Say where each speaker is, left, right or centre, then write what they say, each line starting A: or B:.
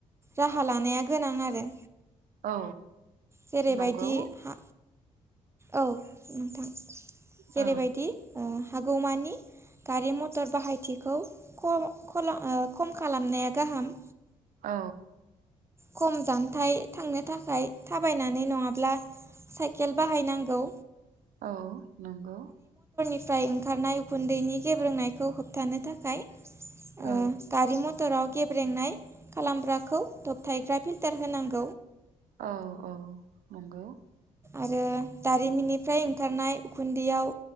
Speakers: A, on the right (about 20°); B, on the right (about 70°).
A: राहा लानाया गोनां आरो
B: औ
A: जेरैबायदि
B: नंगौ
A: हा औ नोंथां।
B: औ
A: जेरैबायदि ओ हागौ मानि गारि मथर बाहायथिखौ खम खलम खम खालामनाया गाहाम।
B: औ
A: खम जान्थायाइ थांनो थाखाय थाबायनानै नङाब्ला साइकेल बाहायनांगौ
B: औ नंगौ
A: फ्राय ओंखारनाय उखुन्दैनि गेब्रोंनाय खौ होबथानो थाखाय ओ
B: औ
A: गारि मथराव गेब्रेंनाय खालामग्राखौ दबथायग्रा फिल्टार होनांगौ-
B: औ औ नंगौ
A: आरो दारिमिननिफ्राय ओंखारनाय उखुन्दैयाव